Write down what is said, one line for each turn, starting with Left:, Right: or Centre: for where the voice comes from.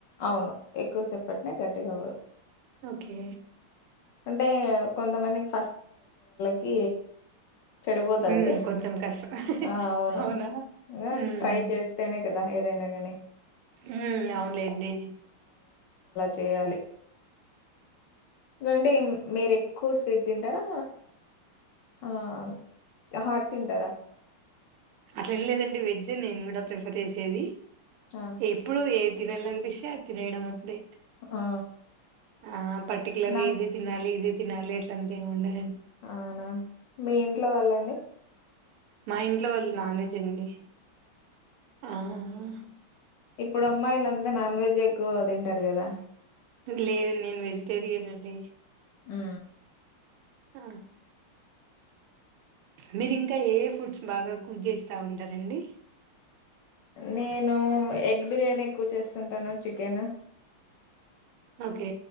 Left: అవును ఎక్కువసేపటినే గట్టిగా అవ్వదు
Right: ఓకే
Left: అంటే కొంతమందికి కి చెడిపోతాది
Right: ఉమ్ కొంచెం కష్టం
Left: ఆ అవును
Right: అవునా
Left: ఇ
Right: ఉమ్
Left: ట్రై చేస్తేనే క. ఏదైనాగానీ
Right: ఉమ్ అవును లేంది
Left: తేయాలి అంటే మీరు ఎక్కువ స్వీట్ తింటారా ఆహ్ ఆ హాట్ తింటారా
Right: అట్లేం లేదండి వెజ్ నేను కూడా ప్రిఫర్ చేసేది.
Left: ఆ
Right: ఎప్పుడు ఏద్ ఏది తినాలనిపిస్తే అది తెనేయడం అంతే
Left: ఆ
Right: ఆ పర్టిక్యులర్గా
Left: నా
Right: ఇది తినాలి ఇద్ తినాలే అట్ల అంతా ఏమి ఉండదు
Left: అవునా మీ ఇంట్లో వాళ్ళండి
Right: మైండ్ వాళ్ళు నాన్ వెజ్ అండి ఆహ్
Left: ఇప్పుడు అమ్మాయిల అంతా నాన్ వెజ్ ఎక్కువ తింటారు కదా
Right: లేదు నేను వెజ్ తెరినండి
Left: ఆ
Right: ఆ మీరు ఇంకా ఏ ఫుడ్స్ బాగా కుక్ చేస్తా ఉంటారంండి
Left: నేను ఎగ్ బిర్యానీ ఎక్కువ చేస్తుంటాను చికెన్
Right: ఓకే